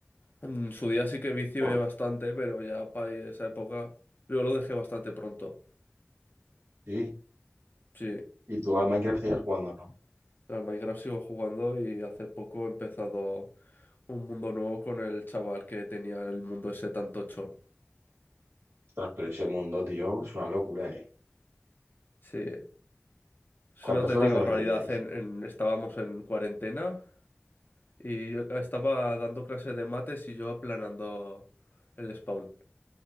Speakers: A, on the left; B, on the right.
A: En su día sí que vicié
B: Joder,
A: bastante, pero ya para esa época yo lo dejé bastante pronto.
B: sí.
A: Sí,
B: Y tú al Minecraft sigues jugando, ¿no?
A: al Minecraft sigo jugando y hace poco he empezado un mundo nuevo con el chaval que tenía el mundo ese tan tocho.
B: Ostras, pero ese mundo, tío, es una locura, ¿eh?
A: Sí, es
B: ¿Cuántas
A: una auténtica
B: horas le
A: barbaridad.
B: meteríais?
A: En, en- estábamos en cuarentena. Y yo estaba dando clases de mates y yo aplanando el spawn.